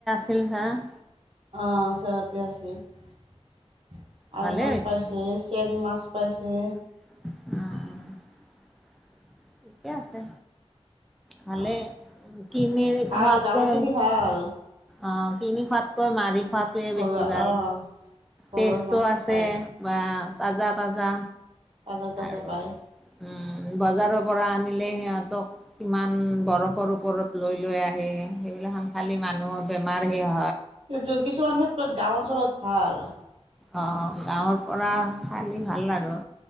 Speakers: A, in the centre; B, on the right (about 55°).
A: চিলহা <unintelligible>
B: আহ ওচৰতে আছে। আৰু
A: ভালে
B: মাছ
A: হৈছে
B: পাইছো, এ চেং মাছ পাইছে।
A: আহ। ঠিকে আছে। ভালে,
B: অ
A: কিনি
B: ভাল
A: খোৱাতকে
B: গাঁৱত দেখি ভাল
A: অ' কিনি খোৱাতকৈ মাৰি খোৱাটোৱে
B: ঘৰুৱা
A: বেছি ভাল।
B: অ ঘৰৰ
A: টেষ্টো
B: মাছ
A: আছে
B: পায়
A: বা তাজা-তাজা
B: তাজা তাজা
A: আৰু
B: পায়
A: উম বজাৰত। পৰা আনিলে সিহঁতক কিমান বৰফৰ ওপৰত লৈ-লৈ আহে, সেইবিলাক আন খালি মানুহৰ বেমাৰ সিহত
B: যে কিছুমান ক্ষেত্ৰত গাওঁ অঞ্চলত ভাল।
A: অ' গাঁৱৰ পৰা খালি ভাল আৰু।